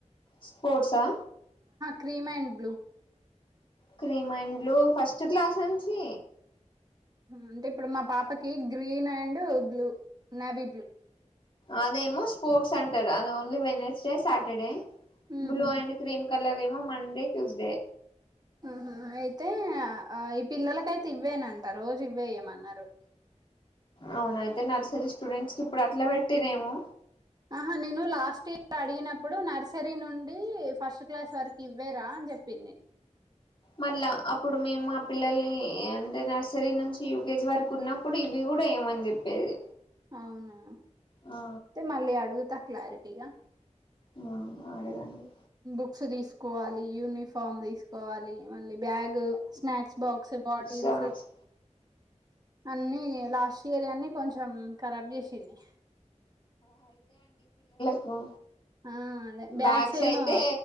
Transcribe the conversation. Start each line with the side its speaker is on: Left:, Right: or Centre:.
Left: స్పోర్ట్సా
Right: cream and blue
Left: cream and blue first class నుంచి
Right: అంటే ఇప్పుడు మా పాపకి green and blue navy blue
Left: అదేమో స్పోర్ట్స్ అంటారు అది ఓన్లీ వెన్స్డే సాటర్డే
Right: ఉహు,
Left: బ్లూ అండ్ క్రీమ్ కలర్ ఏమో మండే ట్యూస్డే
Right: ఆహ అయితే ఆ ఈ పిల్లలకైతే ఇవ్వేనంట రోజు ఇవ్వేయమన్నారు ఆ
Left: అవున అయితే నర్సరీ స్టూడెంట్స్ కి ఇప్పుడు అట్లా పెట్టటినేమో
Right: ఆహా నేను లాస్ట్ ఇయర్ అడిగినప్పుడు నర్సే నుండి ఫస్ట్ క్లాస్ వరకు ఇవ్వేరా అని చెప్పింది
Left: మళ్ళ అప్పుడు మేము మా పిల్లల్ని అంటే నర్సరీ నుంచి యూకేజీ వరకు ఉన్నప్పుడు ఇవి కూడా ఏమంది చెప్పేది
Right: అవునా అయితే
Left: ఆ
Right: మళ్ళీ అడుగుతా క్లారిటీగా
Left: ఆ ఆడేదండి
Right: బుక్స్ తీసుకోవాలి యూనిఫార్మ్ తీసుకోవాలి మళ్ళీ bag snacks box bottles
Left: snacks
Right: అన్ని లాస్ట్ ఇయర్ అన్ని కొంచెం కరాబ్ చేసింది
Left: ఓ
Right: ఆ అదే
Left: బ్యాగ్స్
Right: ఏమో
Left: అయితే